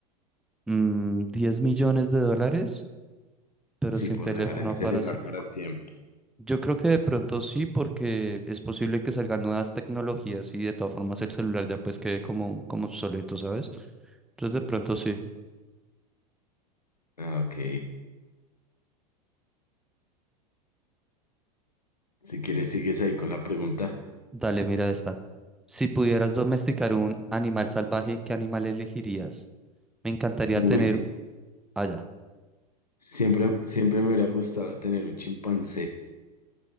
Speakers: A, in the centre; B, on the left (about 80°).
A: Mm, 10 millones de dólares, pero
B: Sí,
A: sin
B: por
A: teléfono
B: dejar el celular
A: para hacer.
B: para siempre.
A: Yo creo que de pronto sí, porque es posible que salgan nuevas tecnologías y de todas formas el celular ya pues quede como, como obsoleto, ¿sabes? Entonces de pronto sí.
B: Ah, Ok, si quieres, sigues ahí con la pregunta.
A: Dale, mira esta. Si pudieras domesticar un animal salvaje, ¿qué animal elegirías? Me encantaría
B: Uy,
A: tener
B: sí,
A: allá.
B: siempre, siempre me hubiera gustado tener un chimpancé.